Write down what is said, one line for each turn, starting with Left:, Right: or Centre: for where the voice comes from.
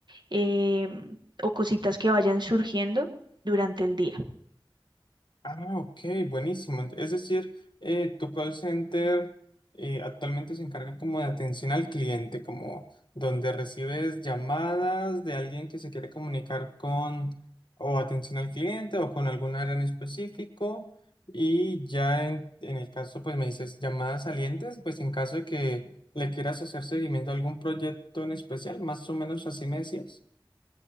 Right: em, o cositas que vayan surgiendo durante el día.
Left: Ah, ok, buenísimo. Ent- Es decir, eh, tu call center eh, actualmente se encarga como de atención al cliente, como donde recibes llamadas de alguien que se quiere comunicar con o atención al cliente o con algún área en específico. Y ya en, en el caso, pues me dices llamadas salientes, pues en caso de que le quieras hacer seguimiento a algún proyecto en especial, más o menos así me decías.